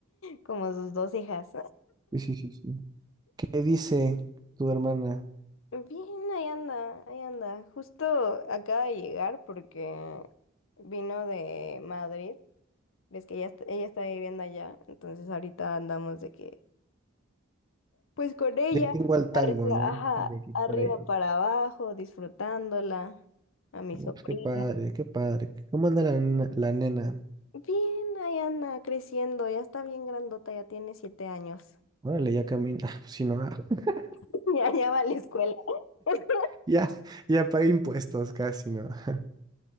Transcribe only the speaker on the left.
como sus dos hijas.
Bien, ahí anda, ahí anda. Justo acaba de llegar porque vino de Madrid Ves que ella, est- ella está viviendo allá, entonces ahorita andamos de que, pues con ella,
arriba,
ajá,
arriba
para abajo, disfrutándola, a mi
sobrina.
Bien, ahí anda creciendo, ya está bien grandota, ya tiene siete años.
<laughs> Ya, ya va a la escuela, <laughs> ya,